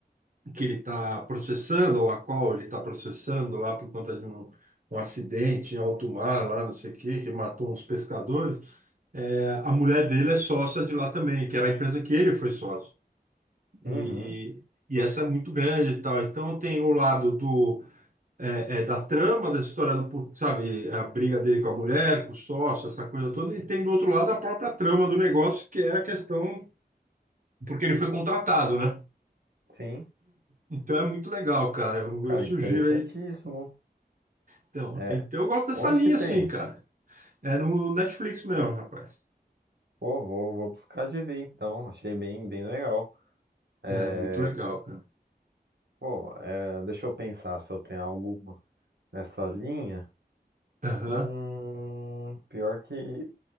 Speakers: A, on the right; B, on the right.
A: que ele tá processando, ou a qual ele está processando lá por conta de um, um acidente em alto mar, lá não sei o quê, que matou uns pescadores. É, a mulher dele é sócia de lá também, que era a empresa que ele foi sócio. E,
B: Uhum.
A: e, e essa é muito grande e tal. Então tem o lado do é, é, da trama dessa história, do- sabe, a briga dele com a mulher, com o sócio, essa coisa toda, e tem do outro lado a própria trama do negócio, que é a questão, porque ele foi contratado, né?
B: Sim,
A: Então é muito legal, cara. Eu,
B: cara,
A: eu sugiro
B: interessantíssimo.
A: aí. Então,
B: É,
A: então eu gosto dessa
B: onde
A: linha,
B: que tem?
A: assim, cara. É no Netflix mesmo, rapaz.
B: Pô, vou, vou buscar de ver então. Achei bem, bem legal. É,
A: É muito legal, cara.
B: Pô, é, deixa eu pensar se eu tenho algo nessa linha.
A: Aham.
B: Hum, pior que